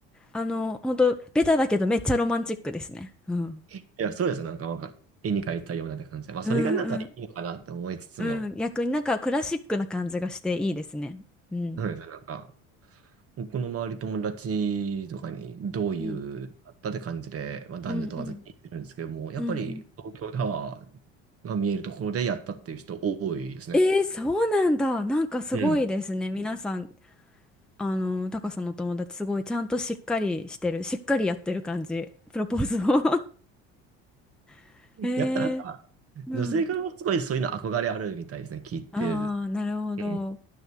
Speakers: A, in the centre; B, on the right.
A: あの、本当ベタだけど、めっちゃロマンチックですね。うん。
B: いや、そうです。なんか、なんか、絵に描いたようなって感じで。まあ、
A: うんうん
B: それがなんかいいのかなって思いつつも、
A: うん。逆になんか、クラシックな感じがしていいですね。うん。
B: そうです。なんか、僕の周り友達とかにどういうあったって感じで、
A: うん
B: まあ、男女問わず聞いてるんですけども、
A: うんうん
B: やっぱり東京タワ
A: うんうん。
B: ーが見えるところでやったっていう人多いですね。
A: えー、そうなんだ。なんかすごいですね。
B: うん。
A: 皆さんあの、タカさんのお友達すごいちゃんとしっかりしてる、しっかりやってる感じ、プロポーズを <laughs> え
B: やっぱなんか、
A: ー、うん。
B: 女性からもすごいそういうの憧れあるみたいですね、聞いてる。
A: ああ、なるほど。
B: うん